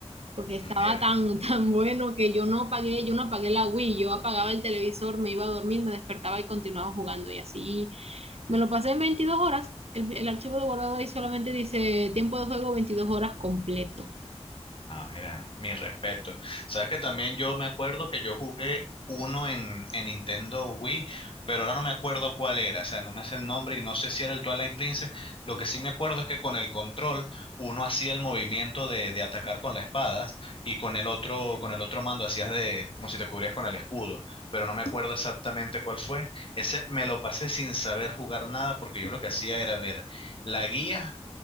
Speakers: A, on the right; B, on the left.
A: porque estaba
B: Mira.
A: tan, <laughs> tan bueno que yo no apagué, yo no apagué la Wii, yo apagaba el televisor, me iba a dormir, me despertaba y continuaba jugando y así me lo pasé en 22 horas. El, el archivo de guardado ahí solamente dice tiempo de juego veintidós horas completo.
B: Ah, mira, mi respeto. Sabes que también yo me acuerdo que yo jugué uno en, en Nintendo Wii, pero ahora no me acuerdo cuál era, o sea, no me hace el nombre y no sé si era el Twilight Princess. Lo que sí me acuerdo es que con el control uno hacía el movimiento de, de atacar con la espada y con el otro, con el otro mando hacías de como si te cubrías con el escudo, pero no me acuerdo exactamente cuál fue. Ese me lo pasé sin saber jugar nada porque yo lo que hacía era ver la guía